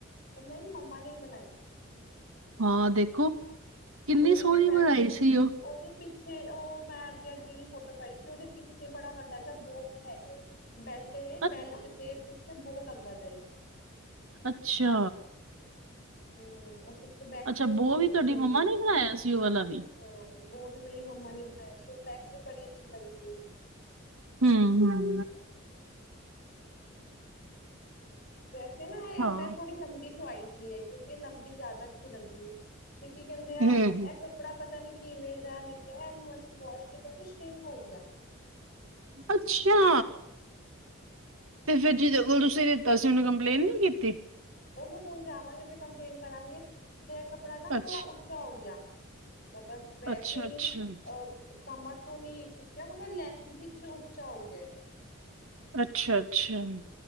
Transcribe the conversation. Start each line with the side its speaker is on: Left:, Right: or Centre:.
Left: ਉਹ ਨਹੀਂ ਮੰਮਾ ਨੇ ਬਣਾਈ ਸੀ
Right: ਹਾਂ ਦੇਖੋ ਕਿੰਨੀ
Left: ਉਹਦੀ
Right: ਸੋਹਣੀ
Left: ਜੋ ਬੈਲਟ
Right: ਬਣਾਈ
Left: ਹੈਗੀ
Right: ਸੀ ਉਹ
Left: ਉਹਦੇ ਪਿੱਛੇ ਉਹ ਮੈਂ ਅੱਗੇ ਅੱਗੇ ਦੀ ਫੋਟੋ ਪਾਈ ਸੀ ਉਹਦੇ ਪਿੱਛੇ ਬੜਾ ਵੱਡਾ ਜਾਂ ਬੋ ਵੀ ਹੈਗਾ ਬੈਲਟ ਇਹ
Right: ਅ
Left: ਬੈਲਟ ਤੇ ਪਿੱਛੇ ਬਹੁਤ ਲੱਗਾ ਦਾ
Right: ਅੱਛਾ
Left: ਹਮ ਉਹ ਪਿੱਛੋਂ ਬੈਕ
Right: ਅੱਛਾ
Left: ਵੀ ਉਹਦੀ
Right: ਬੋ
Left: ਬੜੀ ਅੱਛੀ
Right: ਤੁਹਾਡੀ
Left: ਲੱਗਦੀ
Right: ਮੰਮਾ
Left: ਹੈ
Right: ਨੇ ਬਣਾਇਆ ਸੀ ਉਹ ਵਾਲਾ ਵੀ?
Left: ਹਾਂ ਬੋ ਵੀ ਮੇਰੀ ਮੰਮਾ ਨੇ ਬਣਾਇਆ ਸੀ ਉਹ ਬੈਕ ਵੀ ਬੜੀ ਅੱਛੀ ਲੱਗਦੀ ਉਹ
Right: ਹਮ ਹਮ
Left: ਵੈਸੇ ਨਾ ਇਹ
Right: ਹਾਂ,
Left: ਮੈਂ ਥੋੜ੍ਹੀ ਲੰਬੀ ਸਵਾਈ ਸੀ ਇਹ ਕਿਉਂਕਿ ਇਹ ਲੰਬੀ ਜ਼ਿਆਦਾ ਅੱਛੀ ਲੱਗਦੀ ਤੇ ਕੀ ਕਹਿੰਦੇ ਆ
Right: ਹੂੰ, ਹੂੰ
Left: ਇਹ ਕੱਪੜਾ ਪਤਾ ਨੀ ਕੀ ਇਵੇਂ ਦਾ ਨਿਕਲਿਆ। ਇਹਨੂੰ ਅਸੀਂ ਵਾਸ਼ ਕੀਤਾ ਤੇ ਸ਼ਿੰਕ ਹੋ ਗਿਆ।
Right: ਅੱਛਾ! ਤੇ ਫਿਰ ਜਿਹਦੇ ਕੋਲ ਤੁਸੀਂ ਲੀਤਾ ਸੀ ।ਉਹਨੂੰ ਕੰਪਲੇਂਟ ਨਹੀਂ ਕੀਤੀ।।
Left: ਉਹਨੂੰ ਹੁਣ ਜਾਵਾਂਗੇ ਤੇ ਕੰਪਲੇਂਟ ਕਰਾਂਗੇ। ਤੇ ਇਹ ਕੱਪੜਾ ਨਾ
Right: ਅੱਛ
Left: ਥੋੜ੍ਹਾ ਉੱਚਾ ਹੋ ਗਿਆ। ਮਤਲਬ ਵੈਸੇ
Right: ਅੱਛਾ-ਅੱਛਾ।
Left: ਨੀ ਅਹ ਕਮਰ ਤੋਂ ਨਹੀਂ ਖਿਸਕਆ ਮਤਲਬ ਲੈਂਥ ਇੱਕ ਉਚਾ ਹੋ ਗਿਆ।
Right: ਅੱਛਾ- ਅੱਛਾ।